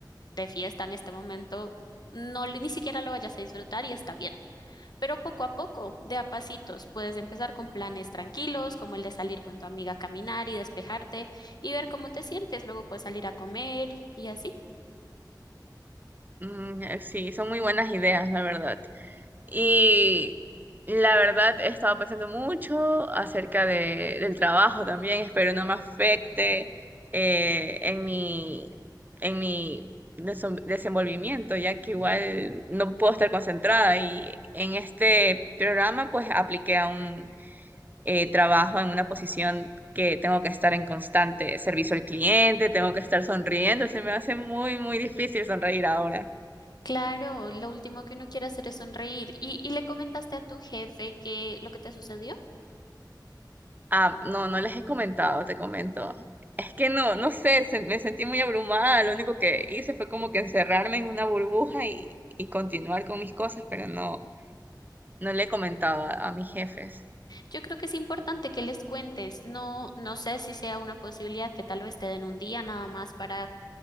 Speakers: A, on the left; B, on the right.
A: de fiesta en este momento no le- ni siquiera lo vayas a disfrutar y está bien. Pero poco a poco, de a pasitos, puedes empezar con planes tranquilos, como el de salir con tu amiga a caminar y despejarte y ver cómo te sientes. Luego puedes salir a comer y así.
B: Mm, eh, sí, son muy buenas ideas, la verdad. Y la verdad he estado pensando mucho acerca de, del trabajo también. Espero no me afecte eh, en mi, en mi desom- desenvolvimiento, ya que igual no puedo estar concentrada. Y en este programa pues apliqué a un eh, trabajo en una posición que tengo que estar en constante servicio al cliente, tengo que estar sonriendo. Se me hace muy, muy difícil sonreír ahora.
A: Claro, lo último que uno quiere hacer es sonreír. ¿Y, y le comentaste a tu jefe que lo que te sucedió?
B: Ah, no, no les he comentado, te comento. Es que no, no sé, se- me sentí muy abrumada. Lo único que hice fue como que encerrarme en una burbuja y, y continuar con mis cosas, pero no, no le he comentado a, a mis jefes.
A: Yo creo que es importante que les cuentes. No, no sé si sea una posibilidad que tal vez te den un día nada más para